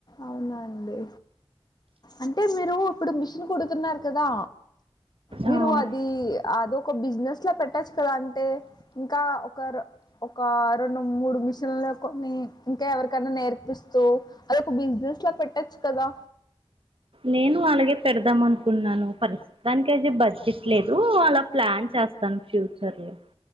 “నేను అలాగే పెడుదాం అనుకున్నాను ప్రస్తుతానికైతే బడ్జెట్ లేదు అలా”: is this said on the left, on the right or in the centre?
Right